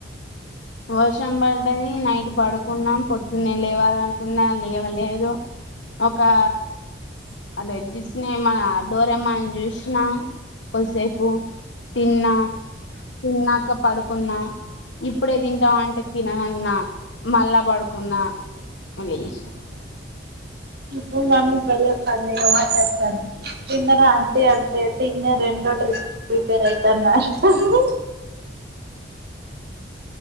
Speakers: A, on the left (about 75°); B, on the right (about 60°).
A: వర్షం బడ్ పడ్డది నైట్ పడుకున్నాం పొద్దున్నే లేవాలనుకున్నా లేవలేదు ఒకా అదే డిస్ నే మనా డోరేమాన్ జూషినా కొస్సేపు తిన్నా తిన్నాక పడుకున్నా ఇప్ అప్పుడే దింటా అంటే తిననన్నా మళ్లా పడుకున్నా లేస్
B: మీ మమ్మీ బలే ఫన్నీ గా మాట్లాడుతాంది తిన్నార ఆంటీ అంటే తిన్యా రెండో ట్రిప్ కి ప్రిపేర్ అయితన్నా అంటారు